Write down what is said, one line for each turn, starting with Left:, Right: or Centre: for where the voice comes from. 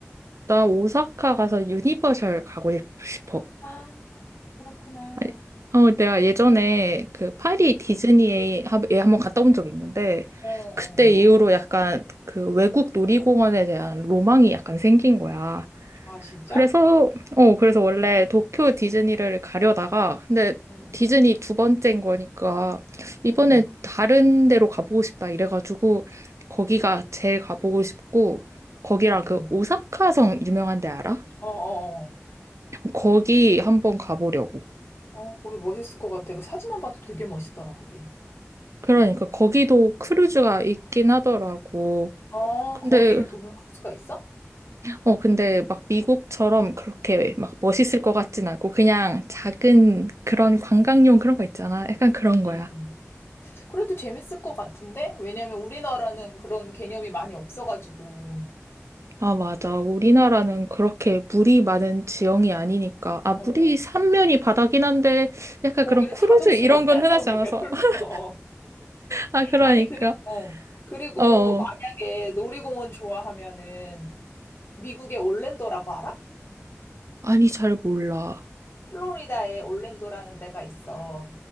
Right: 나 오사카 가서 유니버셜 가고 싶어.
Left: 아, 그렇구나.
Right: 아니, 어, 내가 예전에 그 파리 디즈니에 한- 예, 한번 갔다 온 적이 있는데,
Left: 어, 어.
Right: 그때 이후로 약간 그 외국 놀이공원에 대한 로망이 약간 생긴 거야.
Left: 아, 진짜?
Right: 그래서, 어, 그래서 원래 도쿄 디즈니를 가려다가, 근데
Left: 응,
Right: 디즈니 두 번째인 거니까, 이번에
Left: 응,
Right: 다른 데로 가보고 싶다 이래가지고, 거기가 제일 가보고 싶고, 거기랑
Left: 응.
Right: 그 오사카성 유명한 데 알아?
Left: 어, 어, 어.
Right: 거기 한번 가보려고.
Left: 어, 거기 멋있을 것 같아. 그 사진만 봐도 되게 멋있더라, 거기.
Right: 그러니까 거기도 크루즈가 있긴 하더라고.
Left: 어,
Right: 근데,
Left: 거기를 도는 코스가 있어?
Right: 어, 근데 막 미국처럼 그렇게 막 멋있을 것 같진 않고 그냥 작은 그런 관광용 그런 거 있잖아. 약간 그런
Left: 응,
Right: 거야.
Left: 응, 응. 그래도 재밌을 것 같은데? 왜냐면 우리나라는 그런 개념이 많이 없어가지고,
Right: 아, 맞아. 우리나라는 그렇게 물이 많은 지형이 아니니까. 아,
Left: 어,
Right: 물이 삼면이 바다긴 한데 약간
Left: 거기를
Right: 그런 크루즈
Left: 다 돌
Right: 이런
Left: 순 없잖아,
Right: 건 흔하지
Left: 우리가.
Right: 않아서.
Left: 그래서,
Right: <laughs>
Left: 어.
Right: 아, 그러니까.
Left: 아니, 그리고, 어. 그리고
Right: 어, 어.
Left: 만약에 놀이공원 좋아하면은 미국의 올랜도라고 알아?
Right: 아니, 잘 몰라.
Left: 플로리다에 올랜도라는 데가 있어.